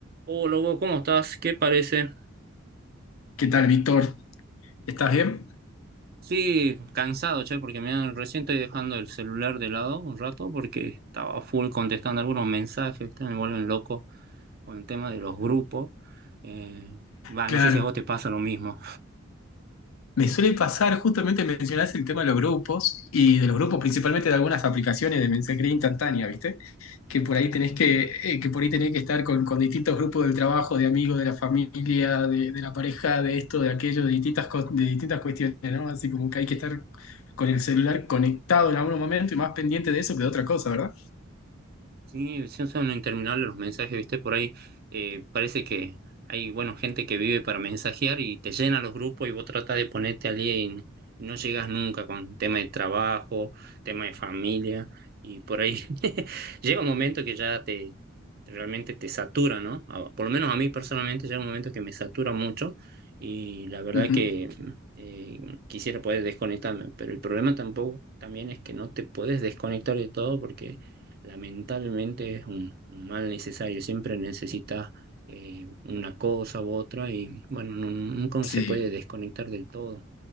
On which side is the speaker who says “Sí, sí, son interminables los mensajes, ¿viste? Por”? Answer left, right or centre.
Right